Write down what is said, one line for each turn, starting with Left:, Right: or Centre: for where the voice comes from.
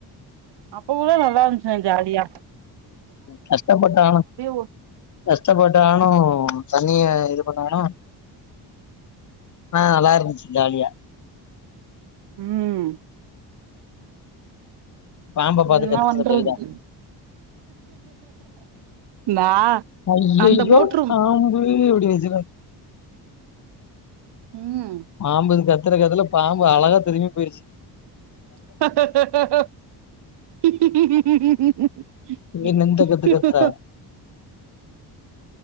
Right: அப்ப கூட நல்லா இருந்துச் <unintelligible>
Left: கஷ்டப்பட்டானும்
Right: ஓ
Left: கஷ்டப்பட்டானும் தண்ணிய இது பண்ணனும் ஆ நல்லா இருந்துச்சு ஜாலியா
Right: ம்
Left: பாம்ப பாத்து
Right: என்ன
Left: கத்துச்சது
Right: வண்றது
Left: கைதா
Right: நான்
Left: ஐயையோ
Right: அந்த மோட்ரும்
Left: பாம்பு <unintelligible>
Right: ம்
Left: மாம்புது கத்து கத்துர கத்துல பாம்பு அழகா திரும்பி போயிிருச்சு
Right: ஹ ஆஹ் ஹி
Left: இவன் இந்த
Right: ஹி
Left: கத்து கத்துறா